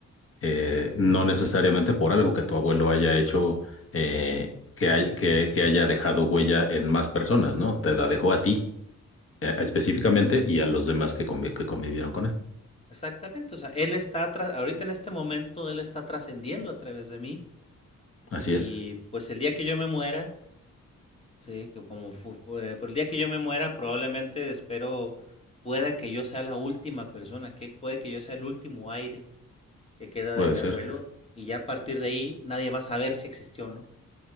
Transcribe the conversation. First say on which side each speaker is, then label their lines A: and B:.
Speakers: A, on the left; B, on the left.
A: eh, no necesariamente por algo que tu abuelo haya hecho, eh, que, hay- que, que haya dejado huella en más personas, ¿no? Te la dejó a ti, eh, específicamente
B: Es correcto.
A: y a los demás que, convi- que convivieron con él.
B: Exactamente, o sea, él está, tra- ahorita en este momento, él está trascendiendo a través de mí
A: Así
B: y
A: es,
B: pues el día que yo me muera, sí, que como fu- fue- por el día que yo me muera, probablemente espero pueda que yo sea la última persona, que puede que yo sea el último aire que queda
A: puede
B: de mi
A: ser.
B: abuelo y ya a partir de ahí nadie va a saber si existió o no.